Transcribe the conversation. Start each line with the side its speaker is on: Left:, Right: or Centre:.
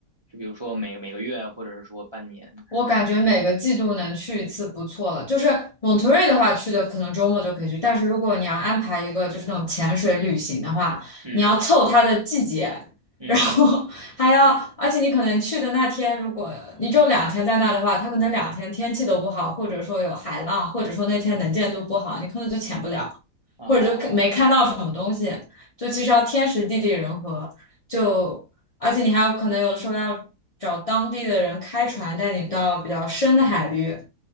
Right: 是比如说每每个月，或者是说半年，
Left: 我感觉每个季度能去一次不错了。
Right: 还是怎么样？
Left: 就是蒙特瑞的话，去的可能周末就可以去，但是如果你要安排一个就是那种潜水旅行的话，
Right: 嗯
Left: 你要凑它的季节，
Right: 嗯，
Left: 然后 <laughs> 还要，而且你可能去的那天，如果你只有两天在那的话，它可能两天天气都不好，或者说有海浪，或者说那天能见度不好，你可能就潜不了，
Right: 哦
Left: 或者就没看到什么东西，就其实要天时地利人和，就而且你还有可能有的时候要找当地的人开船带你到比较深的海域，